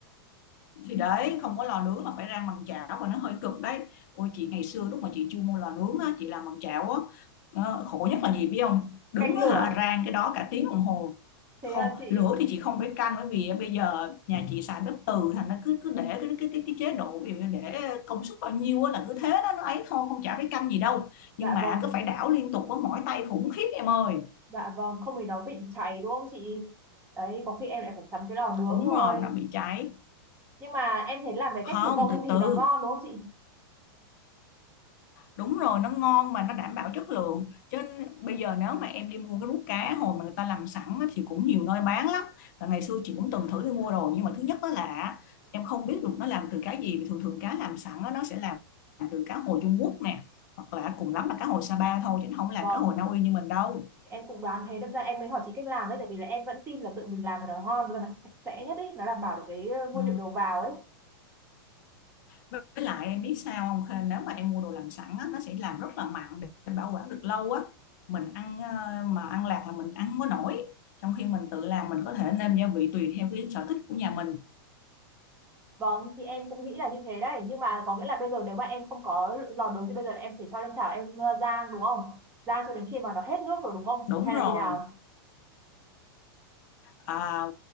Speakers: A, on the left (about 50°); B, on the right (about 15°).
A: thì đấy không có lò nướng là phải rang bằng chảo và nó hơi cực đấy ôi chị ngày xưa lúc mà chị chưa mua lò nướng á, chị làm bằng chảo á, ờ, khổ nhất là gì biết không đứng
B: canh
A: á
B: lửa
A: hả rang cái đó cả tiếng đồng hồ
B: thế
A: không
B: là chị
A: lửa thì chị không phải canh bởi vì bây giờ nhà chị xài bếp từ thành nó cứ cứ để cái cái cái, cái chế độ ví dụ như để công suất bao nhiêu á là cứ thế đó nó ấy thôi không chả phải canh gì đâu
B: dạ
A: nhưng mà
B: vâng
A: cứ phải đảo liên tục với mỏi tay khủng khiếp em ơi
B: dạ vâng không thì nó bị cháy đúng không chị đấy có khi em lại phải sắm cái lò nướng
A: đúng
B: thôi
A: rồi nó bị cháy
B: nhưng mà em thấy làm cái
A: không
B: cách thủ công
A: từ
B: thì
A: từ
B: nó ngon đúng không chị
A: Đúng rồi, nó ngon mà nó đảm bảo chất lượng. Chứ bây giờ nếu mà em đi mua cái rút cá hồi mà người ta làm sẵn á, thì cũng nhiều nơi bán lắm. Và ngày xưa chị cũng từng thử đi mua rồi nhưng mà thứ nhất đó là em không biết được nó làm từ cá gì vì thường thường cá làm sẵn á, nó sẽ làm từ cá hồi Trung Quốc nè hoặc là cùng lắm là cá hồi Sapa thôi chứ nó không làm
B: vâng
A: cá hồi Na Uy như mình đâu.
B: em cũng đoán thế đâm ra em mới hỏi chị cách làm đấy tại vì là em vẫn tin là tự mình làm thì nó ngon và nó sạch sẽ nhất ấy nó đảm bảo được cái ờ, nguyên
A: Ừ.
B: liệu đầu vào ấy
A: với lại em biết sao không Khê? nếu mà em mua đồ làm sẵn á, nó sẽ làm rất là mặn để bảo quản được lâu á mình ăn ờ, mà ăn lạc là mình ăn không có nổi trong khi mình tự làm mình có thể nêm gia vị tùy theo cái sở thích của nhà mình
B: vâng thì em cũng nghĩ là như thế đấy nhưng mà có nghĩa là bây giờ nếu mà em không có lò nướng thì bây giờ là em phải cho lên chảo em ờ, rang đúng không rang cho đến khi mà nó hết nước rồi đúng không
A: đúng
B: chị hay là
A: rồi
B: như nào
A: à,